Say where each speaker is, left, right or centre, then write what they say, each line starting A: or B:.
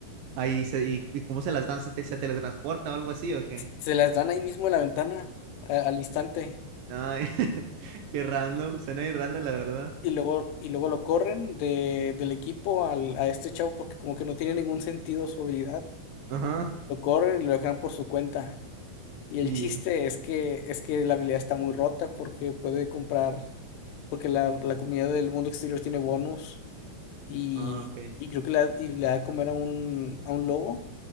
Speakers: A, on the right; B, on the left.
A: Ahí se, y, y cómo se las dan, se, te- se teletransporta o algo así, ¿o qué?
B: Se las dan ahí mismo en la ventana, a- al instante.
A: No, <laughs> qué random, suena bien random, la verdad.
B: Y luego, y luego lo corren de, del equipo al, a este chavo porque como que no tiene ningún sentido su habilidad.
A: Ajá,
B: Lo corren y lo dejan por su cuenta. Y el
A: y...
B: chiste es que, es que la habilidad está muy rota porque puede comprar, porque la, la comunidad del mundo exterior tiene bonus y,
A: Ah, ok.
B: y creo que la, y le da de comer a un, a un lobo